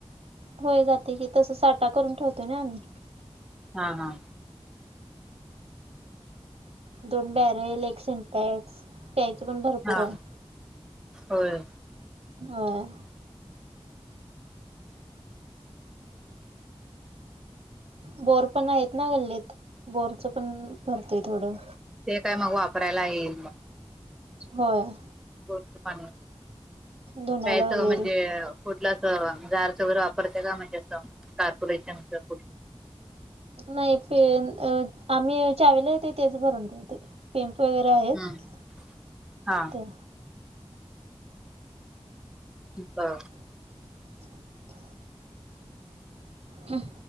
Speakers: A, on the right; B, in the centre.
A: होयं जांते की तसं साठां करूंन ठेवतो नां आम्हीं
B: हां हां
A: दोन बॅरल एक सिंटेक्स पियांयच पणं भरंपूर
B: हा
A: आहे
B: होय
A: हं बोर पणं आहेतं नां गल्लीतं बोरचं पणं भरतंय थोडं
B: ते कायं मंग वापरांयला येईल मंग
A: होयं
B: गो पा
A: धुण्याला
B: पयच
A: वगैरे
B: म्हणजे कुठलं अस जारचं वगैरे वापरते का म्हणजे असं कार्पोरेशनच कुठ?
A: नाही प आम्ही चावीला येते तेच भरून ठेवते. पेमप वगैरे आहेत
B: हम्म हा
A: ते
B: हा.
A: <inaudible> हम्